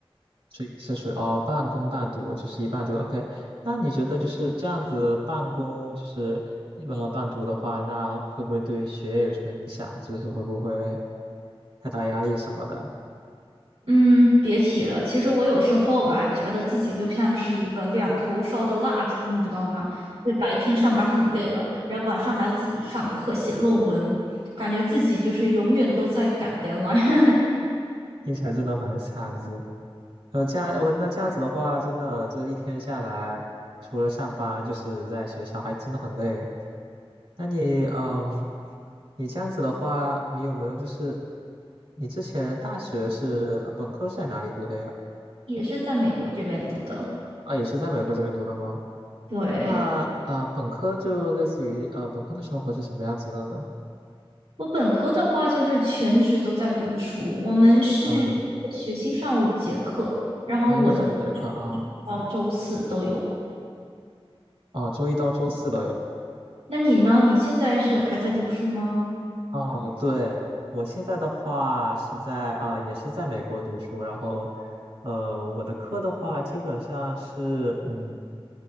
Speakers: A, on the right; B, on the right.
A: 所以是属于哦半工半读，就是一半读。OK，那你觉得就是这样子半工就是一半半读的话，那会不会对学业有什么影响？就是会不会太大压力什么的？
B: 嗯，别提了。其实我有时候吧，觉得自己就像是一个两头烧的蜡烛，你知道吗？就白天上班很累了，然后晚上还要自己上课写论文，感觉自己就是永远都在赶 deadline。<laughs>
A: 听起来真的蛮惨的。呃，这样我那这样子的话，真的这一天下来，除了上班就是在学校，还真的很累。那你嗯，你这样子的话，你有没有就是你之前大学是呃本科是在哪里读的呀？
B: 也是在美国这边读的。
A: 啊，也是在美国这边读的吗？
B: 对，
A: 那啊，呃本科就类似于呃，本科的生活是什么样子的呢？
B: 我本科的话就是全职都在读书，我们是一个学期上五节课，
A: 嗯，
B: 然后我的
A: 啊，就像我节课啊，
B: 到周四都有。
A: 啊，周一到周四都有。
B: 那你呢？你现在是还在读书吗？
A: 啊，对，我现在的话是在啊，也是在美国读书，然后呃，我的课的话基本上是嗯，